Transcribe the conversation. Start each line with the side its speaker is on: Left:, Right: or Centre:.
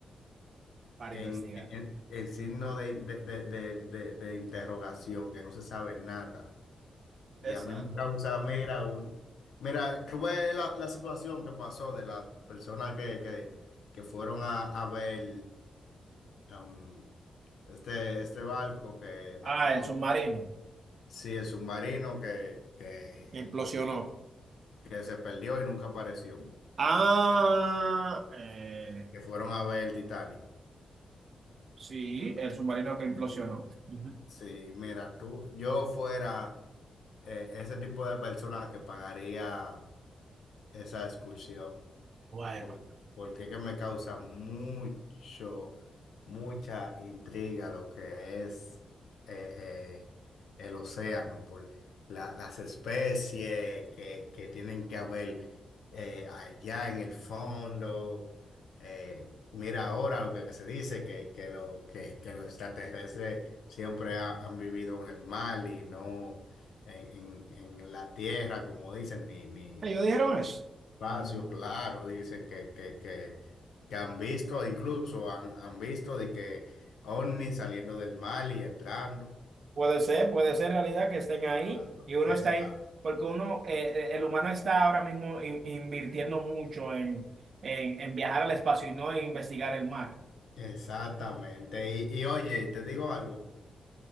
Right: para
Left: en,
Right: investigar.
Left: en- en signo de, de- de- de- de- de interrogación, que no se sabe nada. Y
Right: Exacto.
Left: a mí me causa, mira, un, mira, tuve la, la situación que pasó de las personas que, que, que fueron a, a ver am, este, este barco que
Right: Ah,
Left: naufragó.
Right: el submarino.
Left: Sí, el submarino que, que,
Right: Implosionó.
Left: que se perdió y nunca apareció,
Right: Ah, eh,
Left: que fueron a ver el Titanic.
Right: Sí, el submarino que implosionó. Ujú.
Left: Sí, mira, tú, yo fuera eh, ese tipo de persona que pagaría esa excursión
Right: Bueno,
Left: por- porque es que me causa mucho, mucha intriga lo que es eh, eh, el océano, por la- las especies que, que tienen que haber eh, allá en el fondo. Eh, mira ahora lo que se dice, que, que, lo, que, que los extraterrestres siempre ha- han vivido en el mar y no en, en- en la tierra, como dicen, ni, ni,
Right: ellos dijeron eso.
Left: Espacio, claro, dicen que, que, que, que han visto, incluso han, han visto de que ovnis saliendo del mar y entrando.
Right: Puede ser, puede ser realidad que estén ahí
Left: Claro.
Right: y uno
Left: Esa-
Right: está ahí, porque uno, eh, eh, el humano está ahora mismo in- invirtiendo mucho en, en, en viajar al espacio y no en investigar el mar.
Left: exactamente. Y, y oye, te digo algo,